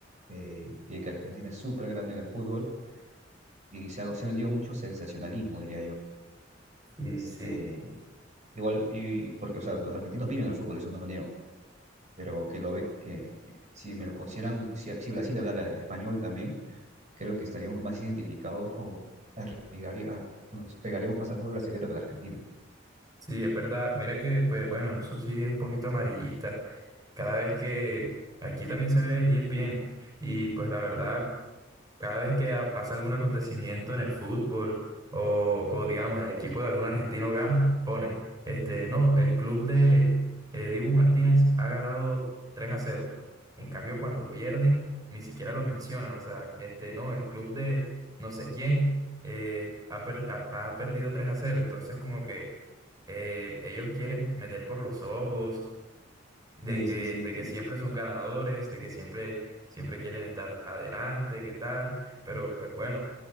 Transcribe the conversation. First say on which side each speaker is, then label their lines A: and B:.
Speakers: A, on the right; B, on the right.
A: eh, de que Argentina es súper grande en el fútbol y se ha, se ha vendido mucho sensacionalismo, diría yo.
B: Sí,
A: Y este,
B: sí,
A: igual, y porque, o sea, los argentinos viven el fútbol, eso no lo niego, pero que lo ve, que si me lo pusieran, si, si Brasil hablara español también creo que estaríamos más identificados o arriesgaría- a- nos pegaríamos más al fútbol brasileño que al argentino.
B: sí, es verdad. Mira que, pues bueno, eso sí es un poquito amarillista. cada vez que aquí también se ve ESPN y pues la verdad, cada vez que a- pasa algún acontecimiento en el fútbol o, o, digamos el equipo de algún argentino gana, ponen, este, no, el club de eh, Dibu Martínez ha ganado 3 a cero En cambio, cuando pierden, ni siquiera lo mencionan, o sea, este, no, el club de no sé quién eh, ha, per- ha- ha perdido 3 a cero entonces como que eh, ellos quieren meter por los ojos de
A: Sí,
B: que,
A: sí, sí,
B: de
A: sí.
B: que siempre son ganadores, de que siempre, siempre quieren estar adelante, qué tal, pero pues bueno,